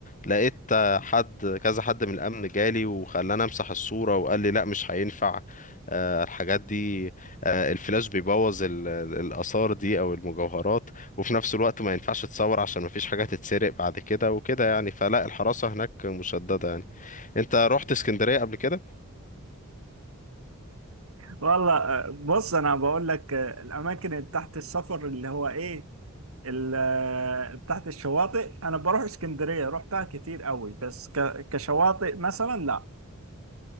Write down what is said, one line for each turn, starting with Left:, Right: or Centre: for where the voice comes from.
Left: لقيت آه، حد كذا حد من الأمن جالي وخلاني أمسح الصورة وقال لي لا مش هينفع آه، الحاجات دي آه، الفلاش بيبوظ ال- ال- الآثار دي أو المجوهرات وفي نفس الوقت ما ينفعش تصور عشان ما فيش حاجة تتسرق بعد كده وكده يعني فلا الحراسة هناك مشددة يعني أنت رحت اسكندرية قبل كده؟
Right: والله آه، بص انا بقول لك آه، الاماكن اللي تحت السفر اللي هو ايه ال- آه، تحت الشواطئ انا بروح اسكندرية رحتها كتير قوي بس ك- كشواطئ مثلا لا